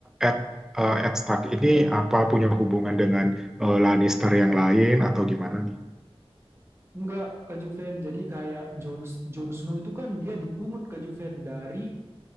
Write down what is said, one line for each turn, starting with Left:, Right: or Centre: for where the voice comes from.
Centre: Ed, eh, Ed Stark ini apa punya hubungan dengan eh, Lannister yang lain atau gimana nih?
Right: Enggak, Kak Juven. Jadi kayak Jon Jon Snow itu kan dia dipungut Kak Juven dari